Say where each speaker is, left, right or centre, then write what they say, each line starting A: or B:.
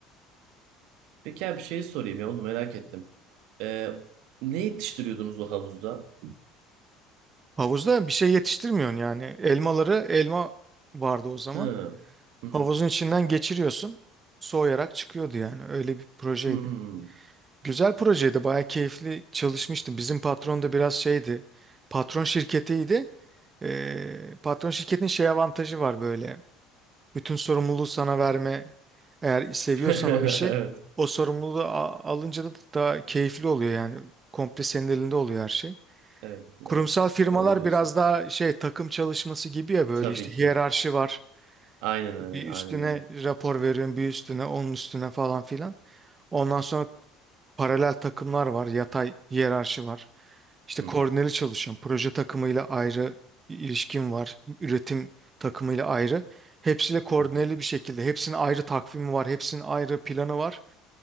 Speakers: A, on the right; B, on the right.
A: Peki abi bir şey sorayım ya onu merak ettim. Ee, ne yetiştiriyordunuz o havuzda?
B: Havuzda bir şey yetiştirmiyorsun yani. Elmaları elma vardı o zaman.
A: Hı. Hı
B: Havuzun
A: hı.
B: içinden geçiriyorsun. Soğuyarak çıkıyordu yani. Öyle bir projeydi.
A: Hmm.
B: Güzel projeydi. Bayağı keyifli çalışmıştım. Bizim patron da biraz şeydi. Patron şirketiydi. Ee, patron şirketin şey avantajı var böyle. Bütün sorumluluğu sana verme. Eğer seviyorsan
A: <laughs>
B: o işi
A: Evet.
B: o sorumluluğu a- alınca da daha keyifli oluyor yani. Komple senin elinde oluyor her şey.
A: Evet yani
B: Kurumsal firmalar
A: doğru diyorsun.
B: biraz daha şey takım çalışması gibi ya böyle
A: Tabii
B: işte
A: ki.
B: hiyerarşi var.
A: Aynen öyle.
B: Bir üstüne
A: Aynen öyle.
B: rapor veriyorsun, bir üstüne, onun üstüne falan filan. Ondan sonra paralel takımlar var, yatay hiyerarşi var. İşte
A: Hı
B: koordineli
A: hı.
B: çalışıyorum. Proje takımıyla ayrı ilişkim var. Üretim takımıyla ayrı. Hepsiyle koordineli
A: Hı hı.
B: bir şekilde. Hepsinin ayrı takvimi var. Hepsinin ayrı planı var.